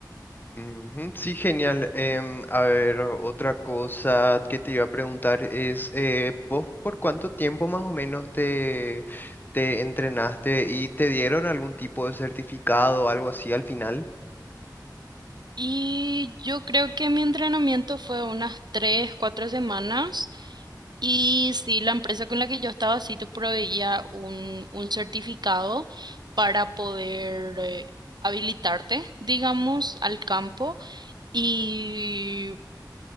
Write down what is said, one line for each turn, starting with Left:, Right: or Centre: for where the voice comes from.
Left: Ujú, Sí, genial. Em, a ver, otra cosa que te iba a preguntar es, eh, ¿vos por cuánto tiempo más o menos te, te entrenaste y te dieron algún tipo de certificado o algo así al final?
Right: Y yo creo que mi entrenamiento fue unas tres, cuatro semanas. Y sí, la empresa con la que yo estaba sí te proveía un, un certificado para poder eh, habilitarte, digamos, al campo. Y